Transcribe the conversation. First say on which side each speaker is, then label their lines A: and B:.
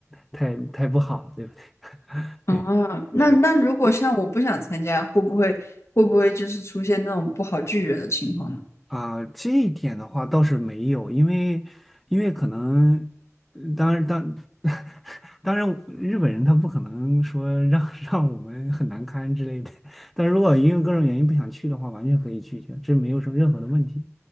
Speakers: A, in the centre; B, on the left.
A: 太太不好，对不对？<laughs>
B: 哦，那那如果像我不想参加，
A: 对。对对
B: 会不会会不会就是出现那种不好拒绝的情况呢？
A: 啊，这一点的话倒是没有，因为因为可能，呃当然当 <laughs> 当然，日本人他不可能说让 <laughs> 让我们很难堪之类的，但如果因为各种原因不想去的话，完全可以拒绝，这没有什么任何的问题。